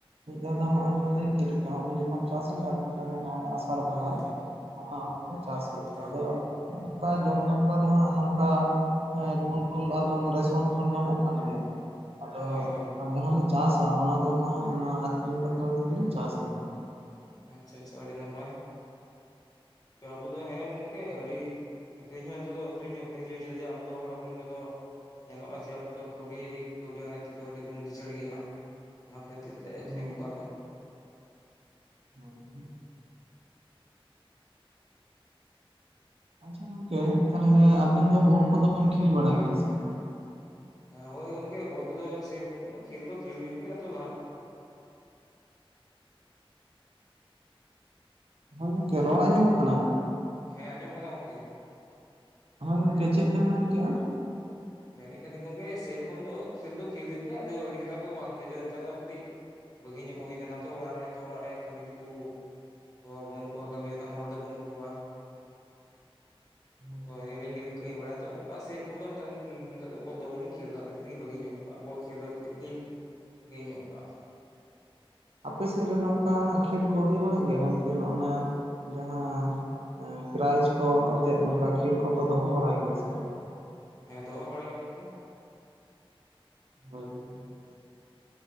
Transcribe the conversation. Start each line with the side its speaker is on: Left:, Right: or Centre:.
Right: ᱢᱤᱫ ᱫᱷᱟᱹᱣ ᱫᱚ
Left: ᱦᱳᱭ
Right: ᱱᱚᱜᱼᱚᱭ ᱵᱮᱱ ᱞᱟᱹᱭ ᱠᱮᱫ ᱞᱮᱠᱟ ᱩᱱ ᱡᱚᱠᱷᱚᱱ ᱪᱟᱥ ᱦᱩᱭᱩᱜᱼᱟ, ᱟᱨ ᱢᱤᱫ ᱫᱷᱟᱹᱣ ᱫᱚ ᱱᱚᱜᱼᱚᱭ ᱟᱥᱟᱲ ᱵᱚᱸᱜᱟ
Left: ᱦᱳᱭ ᱦᱳᱭ
Right: ᱾ ᱚᱱᱟ ᱚᱠᱛᱚ ᱪᱟᱥ ᱦᱩᱭᱩᱜ ᱜᱮᱭᱟ,
Left: ᱦᱳᱭ
Right: ᱟᱫᱚ ᱚᱱᱠᱟ ᱡᱚᱢ ᱵᱟᱠᱷᱨᱟ ᱫᱚ ᱦᱟᱸᱜ ᱱᱚᱝᱠᱟᱼᱼ ᱦᱮᱸ ᱠᱚᱱᱴᱨᱳᱞ ᱟᱨ ᱵᱟᱝ ᱨᱮᱥᱚᱱ ᱠᱷᱚᱱ ᱧᱟᱢᱚᱜ ᱠᱟᱱ ᱜᱮᱭᱟ, ᱟᱫᱚᱼᱼ
Left: ᱦᱳᱭ ᱦᱳᱭ
Right: ᱟᱨ ᱡᱟᱦᱟᱸᱞᱮ ᱪᱟᱥᱟ ᱚᱱᱟ ᱫᱚ ᱦᱩᱱᱟᱹᱝ ᱚᱱᱟ ᱟᱹᱠᱷᱨᱤᱧ ᱵᱟᱠᱷᱨᱟ ᱛᱮᱜᱮᱞᱮ ᱪᱟᱥ ᱜᱮᱭᱟ ᱾
Left: ᱟᱪᱪᱷᱟ ᱟᱪᱪᱷᱟ ᱟᱹᱰᱤ ᱱᱟᱯᱟᱭ ᱾ ᱟᱵᱚ ᱫᱚ ᱦᱮᱸ ᱜᱚᱝᱠᱮ ᱟᱹᱰᱤᱼᱼ ᱟᱹᱠᱷᱨᱤᱧ ᱦᱚᱸ ᱱᱮᱛᱚᱜ-ᱫᱚ ᱟᱹᱠᱷᱨᱤᱧ ᱦᱚᱸ ᱟᱹᱠᱷᱨᱤᱧᱚᱜᱼᱟ ᱪᱮᱫᱟᱜ ᱡᱮ ᱟᱵᱚ ᱫᱚ ᱦᱚᱲ ᱦᱚᱯᱚᱱ ᱠᱚᱫᱚᱼᱼ ᱧᱮᱞᱚᱜᱼᱟ ᱡᱮ ᱟᱵᱚ ᱫᱚ ᱠᱟᱹᱣᱰᱤ, ᱠᱟᱹᱣᱰᱤ ᱟᱱᱟᱡᱽ ᱛᱮᱫᱚ ᱟᱹᱰᱤᱵᱚᱱ ᱞᱤᱪᱟᱹᱲ ᱜᱮᱭᱟ ᱾ ᱚᱱᱟ ᱠᱷᱟᱹᱛᱤᱨ ᱛᱮ ᱟᱹᱠᱷᱨᱤᱧ
Right: ᱦᱳᱭ
Left: ᱦᱚᱸ ᱜᱟᱱᱚᱜ-ᱟ ᱾
Right: ᱦᱳᱭ ᱟᱪᱪᱷᱟ ᱜᱚᱝᱠᱮ ᱛᱟᱦᱞᱮ ᱟᱵᱮᱱ
Left: ᱦᱮᱸ
Right: ᱫᱚ ᱵᱚᱞ ᱠᱚᱫᱚ ᱵᱮᱱ ᱠᱷᱮᱞ ᱵᱟᱲᱟᱭ ᱜᱮᱭᱟ ᱥᱮ ᱵᱟᱝ?
Left: ᱦᱮᱸ ᱦᱳᱭ ᱜᱚᱝᱠᱮ ᱵᱚᱞ ᱠᱚᱫᱚ ᱥᱮᱨᱚᱠᱚᱢ ᱫᱚ ᱠᱷᱮᱞ ᱫᱚ ᱠᱷᱮᱞ ᱦᱩᱭᱩᱜ ᱜᱮᱭᱟ, ᱛᱚ ᱞᱟᱦᱟᱼᱼ
Right: ᱦᱳᱭ ᱜᱚᱢᱠᱮ ᱨᱚᱲ ᱟᱸᱡᱚᱢᱚᱜ ᱠᱟᱱᱟ?
Left: ᱦᱮᱸ ᱟᱸᱡᱚᱢᱚᱜ ᱠᱟᱱᱟ ᱜᱚᱝᱠᱮ ᱾
Right: ᱦᱚᱭ ᱜᱚᱝᱠᱮ ᱪᱮᱫ ᱵᱮᱱ ᱢᱮᱱ ᱠᱮᱫᱼᱟ?
Left: ᱢᱮᱱᱮᱫ ᱠᱟᱱᱤᱧ ᱜᱚᱝᱠᱮ, ᱥᱮᱨᱚᱠᱚᱢ ᱫᱚ ᱠᱷᱮᱞ ᱫᱚ ᱠᱷᱮᱞ ᱦᱩᱭᱩᱜ ᱜᱮᱭᱟ ᱟᱫᱚ ᱟᱹᱰᱤ ᱠᱟᱛᱟ ᱠᱚ ᱵᱟᱝ ᱠᱷᱮᱞ ᱦᱩᱭᱩᱜᱼᱟ, ᱱᱮᱛᱟᱨ ᱫᱚ ᱠᱟᱹᱴᱤᱡᱼᱼ ᱵᱟᱹᱜᱤ ᱧᱚᱜ ᱦᱩᱭ ᱟᱠᱟᱱᱟ ᱛᱚ ᱚᱲᱟᱜ ᱨᱮ ᱱᱮᱛᱚᱜ ᱚᱲᱟᱜ ᱨᱮᱭᱟᱜ ᱠᱟᱹᱢᱤ ᱠᱚᱼᱼ ᱦᱚᱲ ᱦᱚᱸ ᱵᱟᱹᱱᱩᱜ ᱠᱚᱣᱟ ᱠᱟᱹᱢᱤ ᱞᱮᱠᱟᱱ ᱦᱚᱲ ᱫᱚ ᱵᱟᱹᱱᱩᱜ ᱠᱚᱣᱟ ᱾
Right: ᱦᱳᱭ᱾
Left: ᱛᱚ ᱟᱹᱞᱤᱧ ᱜᱮᱞᱤᱧ ᱠᱟᱹᱢᱤ ᱵᱟᱲᱟᱭ ᱛᱚ, ᱚᱱᱠᱟ ᱥᱮᱨᱮᱠᱚᱢ ᱫᱚ ᱱᱤᱛᱚᱜᱼᱼ ᱱᱤᱛᱚᱜ ᱫᱚ ᱵᱚᱞ ᱫᱚ ᱵᱟᱹᱞᱤᱧ ᱠᱷᱮᱞ ᱮᱫᱟ, ᱠᱟᱹᱴᱤᱡ ᱞᱤᱧ ᱵᱟᱹᱜᱤ ᱧᱚᱜ ᱠᱟᱜᱼᱟ ᱵᱚᱞ ᱠᱷᱮᱞ ᱫᱚ ᱠᱟᱹᱴᱤᱡ ᱞᱤᱧ ᱤᱭᱟᱹ ᱧᱚᱜ ᱠᱟᱜᱼᱟ ᱾ <inaudible>
Right: ᱟᱯᱮ ᱥᱮᱫ ᱨᱮ ᱱᱚᱝᱠᱟᱱᱟᱜ ᱠᱷᱮᱞ ᱠᱚ ᱦᱩᱭ ᱵᱟᱲᱟᱜ ᱜᱮᱭᱟ ᱜᱚᱝᱠᱮ ᱱᱚᱜ ᱱᱚᱣᱟ ᱡᱟᱦᱟᱸᱼᱼ ᱯᱨᱟᱭᱤᱡᱽ ᱠᱚ ᱟᱛᱮᱜ ᱱᱚᱝᱠᱟ ᱠᱷᱮᱞ ᱠᱚᱠᱚ ᱫᱚᱦᱚ ᱵᱟᱲᱟᱭ ᱜᱮᱭᱟ ᱥᱮ ᱵᱟᱝ?
Left: ᱦᱮᱸ ᱫᱚᱦᱚ ᱵᱟᱲᱟ ᱜᱮ ᱜᱚᱝᱠᱮ ᱾
Right: ᱦᱳᱭ <inaudible>